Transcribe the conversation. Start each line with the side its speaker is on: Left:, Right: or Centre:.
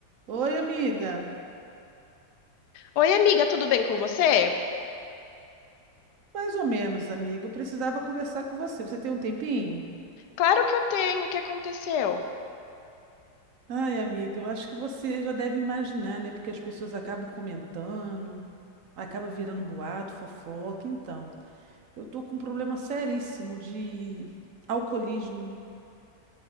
Right: Oi, amiga.
Left: Oi, amiga, tudo bem com você?
Right: Mais ou menos, amiga. Eu precisava conversar com você. Você tem um tempinho?
Left: Claro que eu tenho. O que aconteceu?
Right: Ai, amiga, eu acho que você já deve imaginar, né? Porque as pessoas acabam comentando, acaba virando boato, fofoca. Então, eu tô com um problema seríssimo de alcoolismo.